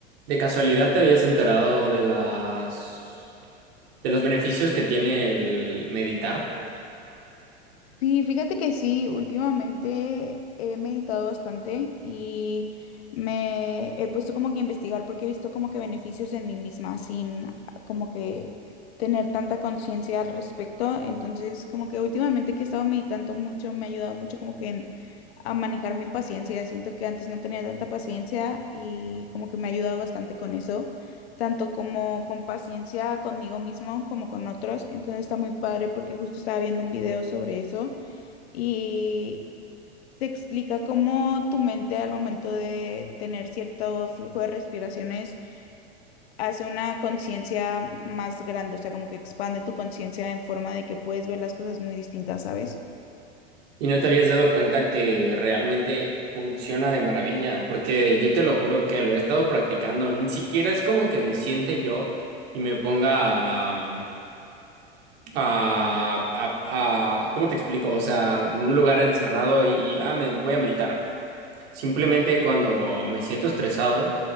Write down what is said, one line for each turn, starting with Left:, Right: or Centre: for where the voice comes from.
Right: ¿De casualidad te habías enterado de las de los beneficios que tiene el meditar?
Left: Sí, fíjate que sí, últimamente he meditado bastante y me he puesto como que a investigar porque he visto como que beneficios en mí misma sin como que tener tanta conciencia al respecto. Entonces, como que últimamente que he estado meditando mucho, me ha ayudado mucho como que en- a manejar mi paciencia. Siento que antes no tenía tanta paciencia y como que me ha ayudado bastante con eso tanto como con paciencia conmigo mismo como con otros. Entonces está muy padre porque justo estaba viendo un video sobre eso y te explica cómo tu mente al momento de tener cierto flujo de respiraciones hace una conciencia más grande, o sea, como que expande tu conciencia en forma de que puedes ver las cosas muy distintas, ¿sabes?
Right: Y no te habías dado cuenta que realmente funciona de maravilla, porque yo te lo juro que lo he estado practicando, ni siquiera es como que me siente yo y me ponga a, a, a- a- ¿cómo te explico? O sea, en un lugar encerrado y ah, me voy a meditar. Simplemente cuando me siento estresado,